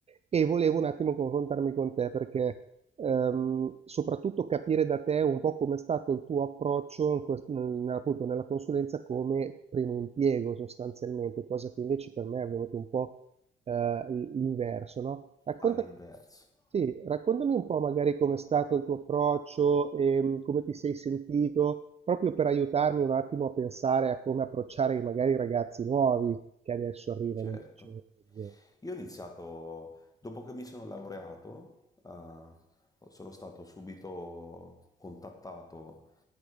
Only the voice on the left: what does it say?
all'inverso.
Certo.
Io ho iniziato, dopo che mi sono laureato, eh, sono stato subito contattato